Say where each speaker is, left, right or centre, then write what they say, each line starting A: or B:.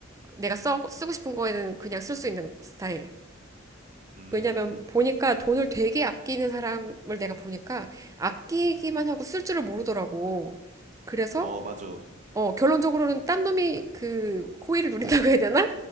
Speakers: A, on the right (about 15°); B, on the right (about 40°).
A: 내가 써, 쓰고 싶은 거에는 그냥 쓸 수 있는 스타일.
B: 음,
A: 왜냐면
B: 음.
A: 보니까 돈을 되게 아끼는 사람을 내가 보니까 아끼기만 하고 쓸 줄을 모르더라고. 그래서
B: 어, 맞아.
A: 어, 결론적으로는 딴 놈이 그 호의를 누린다고 해야 되나?